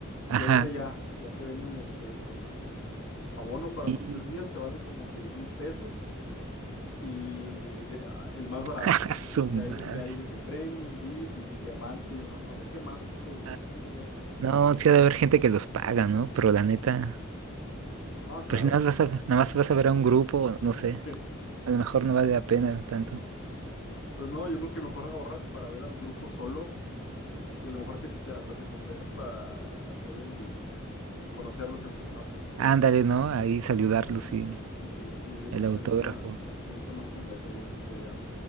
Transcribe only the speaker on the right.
ajá.
Y...
<laughs> ¡Ja, su
madre!
Ah,
No, sí ha de haber gente que los paga, ¿no? Pero la neta...
Pero si nada más vas
a, nada más vas a ver a un grupo, no sé.
A lo mejor no vale la pena tanto.
Ándale, ¿no? Ahí saludarlos y
el
autógrafo.